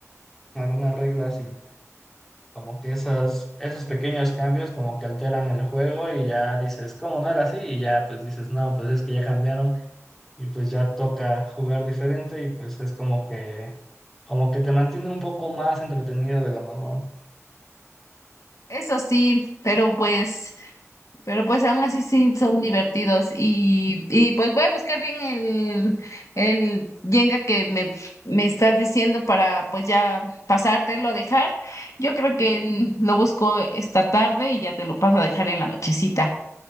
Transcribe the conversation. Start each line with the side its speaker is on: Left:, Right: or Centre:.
Centre: algunas reglas y como que esas, esos pequeños cambios como que alteran el juego y ya dices, ¿cómo no era así? Y ya pues dices, no, pues es que ya cambiaron y pues ya toca jugar diferente y pues es como que, como que te mantiene un poco más entretenido de lo normal.
Left: Eso sí, pero pues, pero pues aún así sí son divertidos. Y, y pues voy a buscar bien el, el Jenga que me, me estás diciendo para pues ya pasártelo a dejar. Yo creo que mm, lo busco esta tarde y ya te lo paso a dejar en la nochecita.